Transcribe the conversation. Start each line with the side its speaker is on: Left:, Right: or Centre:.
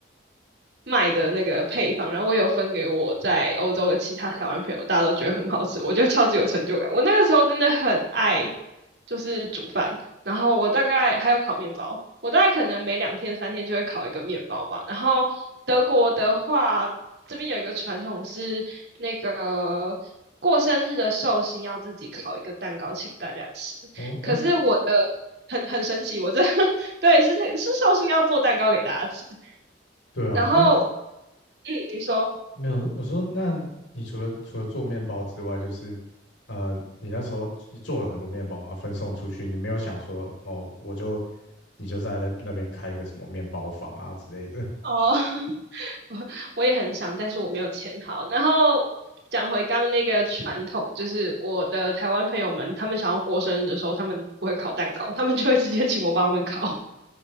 Right: 卖的那个配方，然后我有分给我在欧洲的其他台湾朋友，大家都觉得很好吃，我觉得超级有成就感。我那个时候真的很爱，就是煮饭，然后我大概还有烤面包，我大概可能每两天三天就会烤一个面包吧。然后德国的话，这边有一个传统是那个。过生日的寿星要自己烤一个蛋糕请大家吃，
Left: 哦，
Right: 可是我的
Left: 哎，
Right: 很很神奇，我这 <laughs> 对是是寿星要做蛋糕给大家吃，
Left: 对啊，
Right: 然后嗯，
Left: 那
Right: 你说
Left: 没有，我说那你除了除了做面包之外，就是呃，你那时候做了很多面包嘛，分送出去，你没有想说哦，我就你就在那那边开一个什么面包房啊之类的。
Right: 哦，<laughs> 我我也很想，但是我没有钱。好，然后讲回刚刚那个传统，就是我的台湾朋友们，他们想要过生日的时候，他们不会烤蛋糕，他们就会直接请我帮他们烤。